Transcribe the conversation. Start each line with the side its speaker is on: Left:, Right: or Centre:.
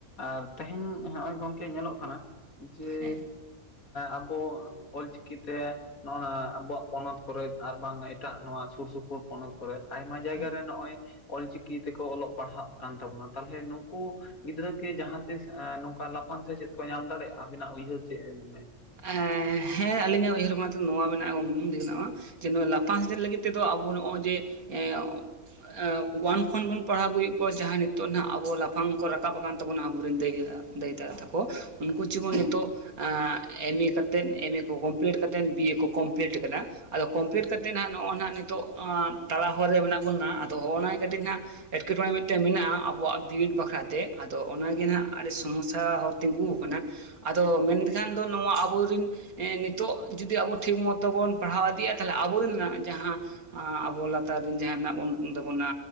Left: ᱟᱨ ᱛᱮᱦᱮᱧ ᱦᱚᱜᱼᱚᱸᱭ ᱜᱚᱢᱠᱮ ᱧᱮᱞᱚᱜ ᱠᱟᱱᱟ ᱡᱮ
Right: ᱦᱮᱸ
Left: ᱟᱵᱚ ᱚᱞᱪᱤᱠᱤ ᱛᱮ ᱦᱚᱜᱼᱚᱸᱭ ᱟᱵᱚᱣᱟᱜ ᱯᱚᱱᱚᱛ ᱠᱚᱨᱮ ᱟᱨ ᱵᱟᱝ ᱮᱴᱟᱜ ᱱᱚᱣᱟ ᱥᱩᱨ ᱥᱩᱯᱩᱨ ᱯᱚᱱᱚᱛ ᱠᱚᱨᱮ ᱟᱭᱢᱟ ᱡᱟᱭᱜᱟ
Right: ᱦᱮᱸ
Left: ᱨᱮ ᱱᱚᱜᱼᱚᱭ ᱚᱞᱪᱤᱠᱤ ᱛᱮᱠᱚ ᱚᱞᱚᱜ ᱯᱟᱲᱦᱟᱜ ᱠᱟᱱ ᱛᱟᱵᱚᱱᱟ ᱛᱟᱦᱚᱞᱮ ᱱᱩᱠᱩ ᱜᱤᱫᱽᱨᱟᱹ ᱠᱤ ᱡᱟᱦᱟᱸ ᱛᱤᱥ ᱱᱚᱝᱠᱟ ᱞᱟᱯᱷᱟᱝ ᱥᱮᱪᱮᱫ ᱠᱚ ᱧᱟᱢ ᱫᱟᱲᱮᱭᱟᱜᱼᱟ ᱟᱵᱤᱱᱟᱜ ᱩᱭᱦᱟᱹᱨ ᱪᱮᱫ ᱮ ᱢᱚᱱᱮᱫᱟ?
Right: ᱮᱸ ᱦᱮᱸ ᱟᱹᱞᱤᱧᱟᱜ ᱩᱭᱦᱟᱹᱨ ᱢᱟᱛᱚ ᱱᱚᱣᱟ ᱢᱮᱱᱟᱜᱼᱟᱼᱟ ᱡᱮ ᱱᱚᱣᱟ ᱞᱟᱯᱷᱟᱝ ᱥᱮᱪᱮᱫ ᱞᱟᱹᱜᱤᱫ ᱛᱮᱫᱚ ᱟᱵᱚ ᱱᱚᱜᱼᱚᱭ ᱡᱮ ᱮᱸ ᱮᱸ ᱣᱟᱱ ᱠᱷᱚᱱ ᱵᱚᱱ ᱯᱟᱲᱦᱟᱣ ᱟᱹᱜᱩᱭᱮᱫ ᱠᱚᱣᱟ ᱡᱟᱦᱟᱸ ᱱᱤᱛᱚᱜ ᱦᱟᱸᱜ ᱟᱵᱚ ᱞᱟᱯᱷᱟᱝ ᱠᱚ ᱨᱟᱠᱟᱵ ᱟᱠᱟᱱ ᱛᱟᱵᱚᱱᱟ ᱟᱵᱚᱨ ᱨᱮᱱ ᱫᱟᱹᱭ ᱦᱟᱜᱼᱟ ᱫᱟᱹᱭ ᱫᱟᱫᱟ ᱛᱟᱠᱚ ᱩᱱᱠᱩ ᱡᱮᱢᱚᱱ ᱱᱤᱛᱚᱜ ᱮᱢᱮ ᱠᱟᱛᱮᱫ ᱮᱢᱮ ᱠᱚ ᱠᱚᱢᱯᱞᱤᱴ ᱠᱟᱛᱮᱫ ᱵᱤᱭᱮ ᱠᱚ ᱠᱚᱢᱯᱞᱤᱴ ᱟᱠᱟᱫᱟ ᱟᱫᱚ ᱠᱚᱢᱯᱞᱤᱴ ᱠᱟ ᱠᱟᱛᱮᱫ ᱦᱟᱸᱜ ᱱᱚᱜᱼᱚᱭ ᱱᱟᱜ ᱱᱤᱛᱚᱜ ᱛᱟᱞᱟ ᱦᱚᱨ ᱨᱮ ᱢᱮᱱᱟᱜ ᱵᱚᱱᱟ ᱟᱫᱚ ᱱᱚᱜᱼᱚ ᱱᱟ ᱠᱟᱹᱴᱤᱡ ᱦᱟᱸᱜ ᱮᱸᱴᱠᱮᱴᱚᱬᱮ ᱢᱤᱫᱴᱮᱱ ᱢᱮᱱᱟᱜᱼᱟ ᱟᱵᱚᱣᱟᱜ ᱵᱤᱱᱤᱰ ᱵᱟᱠᱷᱨᱟᱛᱮ ᱟᱫᱚ ᱚᱱᱟᱜᱮ ᱦᱟᱸᱜ ᱟᱹᱰᱤ ᱥᱚᱢᱚᱥᱥᱭᱟ ᱦᱚᱸ ᱛᱤᱸᱜᱩ ᱟᱠᱟᱱᱟ ᱟᱫᱚ ᱢᱮᱱᱠᱷᱟᱱ ᱫᱚ ᱱᱚᱣᱟ ᱟᱵᱚᱨ ᱨᱤᱱ ᱦᱮᱸ ᱱᱤᱛᱚᱜ ᱡᱩᱫᱤ ᱟᱵᱚ ᱴᱷᱤᱠ ᱢᱚᱛᱚ ᱵᱚᱱ ᱯᱟᱲᱦᱟᱣ ᱤᱫᱤᱜᱼᱟ ᱛᱟᱦᱞᱮ ᱟᱵᱚᱨᱮᱱ ᱡᱟᱦᱟᱸ ᱟᱵᱚ ᱞᱟᱛᱟᱨ ᱨᱮᱱ ᱡᱟᱦᱟᱸᱭ ᱢᱮᱱᱟᱜ ᱵᱚᱱ ᱛᱟᱵᱚᱱᱟ